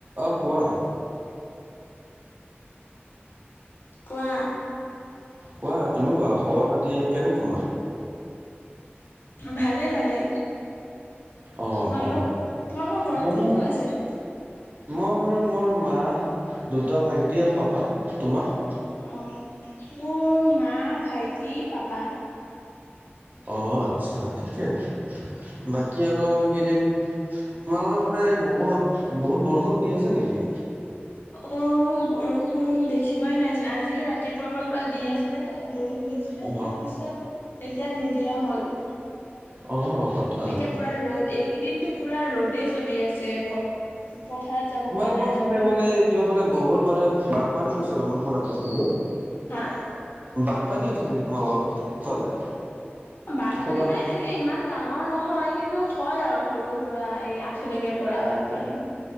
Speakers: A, on the right; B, on the left.
A: অ' কোৱা।
B: কোৱা।
A: কোৱা তুমি কোৱা, খবৰ পাতি কেনে তোমাৰ?
B: ভালে, ভালে।
A: অ
B: তোমালোকৰ,
A: অ
B: তোমালোকৰ ঘৰত
A: মোৰো
B: কোন কোন আছে?
A: মোৰ ঘৰত মোৰ মা, দুটা ভাইটি আৰু পাপা। তোমাৰ?
B: অঁ, মোৰ মা, ভাইটি, পাপা।
A: অ', আচ্ছা, ঠিকে, বাকী আৰু এইকেইদিন তোমালোকৰ ফালে বহুত, বহুত বৰষুণ দি আছে নেকি?
B: অ', বৰষুণ দেখিবই নাইচোন, আজিহে ৰাতিপুৱাৰ পৰা পুৰা দি আছিলে। চলি আছিলে,
A: অ
B: তাৰ পিছত এতিয়া নিদিয়া হ'ল।
A: অ' ক'ত।
B: এতিয়া পুৰা ৰ'দ, এইকেইদিনো পুৰা ৰ'দেই চলি আছে। প পথাৰত যাব
A: তোমালোকৰ
B: পৰা নাই
A: চালে
B: মানুহ
A: বোলে কিবা ফালে বহুত মানে, বানপানী হৈছে বোলে মোক শুনা পাইছিলোঁ।
B: হা
A: বানপানী হৈছে নেকি, তোমালোকৰ ফালে?
B: বানপানী
A: ক'ৰবাত
B: মানে তেনেক এই ইমান ডাঙৰ নহয়, কিন্তু হয় আৰু সৰু-সুৰা এই আঁঠুলৈকে পৰা বানপানী।